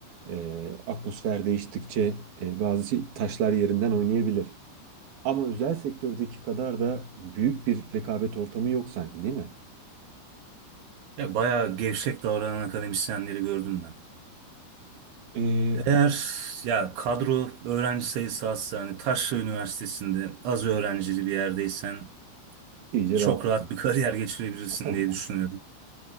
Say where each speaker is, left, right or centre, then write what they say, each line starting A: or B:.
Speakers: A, on the right (about 50°); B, on the right (about 70°).
A: e, atmosfer değiştikçe e, bazı şey- taşlar yerinden oynayabilir. Ama özel sektördeki kadar da büyük bir rekabet ortamı yok sanki, değil mi?
B: Ya bayağı gevşek davranan akademisyenleri gördüm ben.
A: Ee,
B: Eğer ya kadro öğrenci sayısı azsa hani Taşra Üniversitesi'nde az öğrencili bir yerdeysen
A: İyice
B: çok
A: rahat.
B: rahat bir kariyer geçirebilirsin
A: <laughs>
B: diye düşünüyorum.